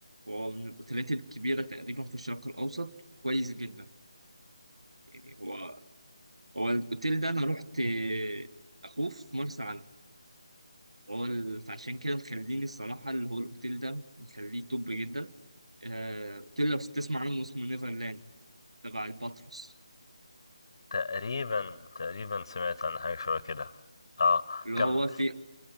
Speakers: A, on the right; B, on the left.
A: هو من الأوتيلات الكبيرة تقريبا في الشرق الأوسط كويس جدا يعني هو هو الاوتيل ده انا رحت آه، اخوه في مرسى علم هو ال- فعشان كده مخليني الصراحه اللي هو الاوتيل ده مخليه توب جدا آه، اوتيل لو تسمع عنه اسمه نيفرلاند تبع الباتروس
B: تقريبا تقريبا سمعت عن حاجة شبه كده اه
A: اللي
B: كمل
A: هو في